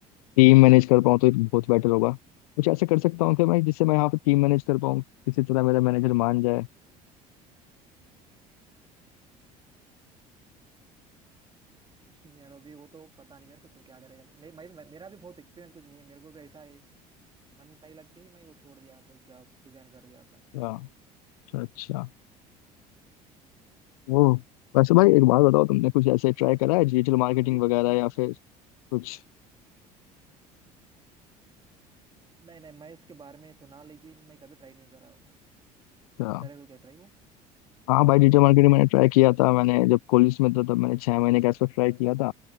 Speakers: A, on the left; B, on the right.
A: टीम मैनेज कर पाऊँ तो एक बहुत बेटर होगा कुछ ऐसा कर सकता हूँ कि मैं जिससे मैं यहाँ पे टीम मैनेज कर पाऊँ किसी तरह मेरा मैनेजर मान जाए
B: है। <laughs> यार अभी वो तो पता नहीं मेरे को तो क्या करेगा मे, मे, मे, मेरा भी बहुत एक्सपीरियंस कुछ नहीं है मेरे को भी ऐसा है मन नहीं लग के ही मैं वो छोड़ दिया जॉब रिजाइन कर दिया था
A: हाँ, अच्छा अच्छा ओ वैसे भाई एक बात बताओ तुमने कुछ ऐसे ट्राई करा है डिजिटल मार्केटिंग
B: अभी
A: वगैरह या फिर कुछ
B: नहीं नहीं मैं इसके बारे में सुना लेकिन मैं कभी ट्राई नहीं करा हुआ है तुम
A: हाँ
B: करे हो क्या ट्राई वो
A: हाँ भाई डिजिटल मार्केटिंग मैंने ट्राई किया था मैंने जब कॉलेज में था तब मैंने छह महीने का इसको ट्राई किया था